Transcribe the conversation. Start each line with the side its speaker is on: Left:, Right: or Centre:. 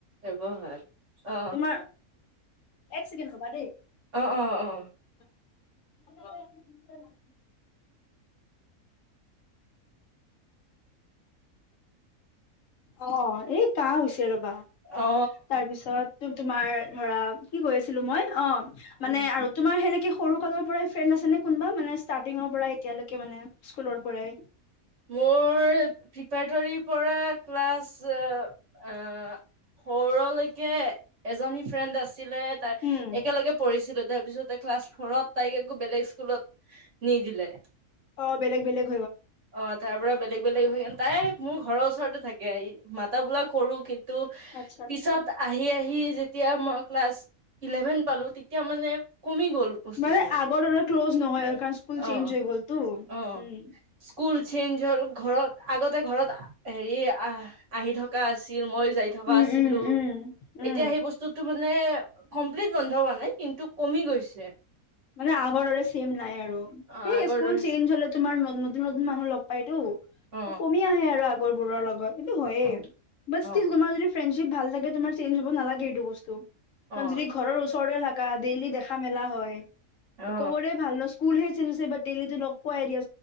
Right: ব্যৱহাৰ অ
Left: তোমাৰ এক ছেকেণ্ড ৰবা দেই
Right: অ', - অ', -অ',
Left: <unintelligible> অ', এই কাহ হৈছে ৰবা
Right: অ
Left: তাৰপিছত তুমি তোমাৰ ধৰা কি কৈ আছিলো মই অ', মানে
Right: উ
Left: আৰু তোমাৰ সেনেকে সৰু কালৰ পৰাই ফ্ৰেণ্ড আছেনে কোনোবা মানে ষ্টাৰ্টিঙৰ পৰাই এতিয়ালৈকে মানে স্কুলৰ পৰাই।
Right: মোৰ প্ৰিপাৰেটৰীৰ পৰা ক্লাছ অ', - অ', ফৰলৈকে এজনী ফ্ৰেণ্ড আছিলে তাৰ
Left: উম।
Right: একেলগে পঢ়িছিলো তাৰ তাৰপিছতে ক্লাছ ফৰত তাইক একো বেলেগ স্কুলত নিদিলে
Left: অ', বেলেগ-বেলেগ
Right: অ', তাৰ পৰা বেলেগ-বেলেগ হৈ তাই মোৰ ঘৰৰ ওচৰতে থাকে ম <unintelligible> কৰো কিন্তু
Left: আচ্ছা আচ্ছা
Right: পিছত আহি-আহি যেতিয়া মই ক্লাছ ইলেভেন পালো তেতিয়া মানে কমি গ'ল বস্তুটো
Left: মানে আগৰ দৰে ক্ল'জ নহয় আৰু কাৰণ স্কুল চেঞ্জ
Right: অ',
Left: হৈ গ'লতো
Right: - অ',
Left: উম
Right: স্কুল চেঞ্জ হ'ল ঘৰত আগতে ঘৰত হে আহি থকা আছিল মই যাই থকা
Left: উম
Right: আছিলো,
Left: উম উম
Right: এতিয়া
Left: উম
Right: সেই বতটো মানে মানে কমপ্লিট বন্ধ হোৱা নাই কিন্তু কমি গৈছে।
Left: মানে আগৰৰে চেম নাই আৰু
Right: অ
Left: সেই
Right: আগৰ
Left: স্কুল
Right: দৰে
Left: চেঞ্জ হলে তোমাৰ নতুন মানুহ লগ পাইতো
Right: অ
Left: কমি আহে আৰু আগৰ বোৰৰ লগত। সেইটো হয়য়ে
Right: অ অ
Left: মাৰ য ফ্ৰেডচিপ ভাল থাকে তোমাৰ চেঞ্জ হব নালাগে এইটো বস্তু। কাৰণ
Right: অ
Left: যদি ঘৰৰ ওচৰতে থাকী ডেইলি দেখা মেলা হয়। ক'বৰেই
Right: অ
Left: ভাল ন স্কুলহে চেজ হৈছে বাট দেইলিটো লগ পোৱাই দিয়া।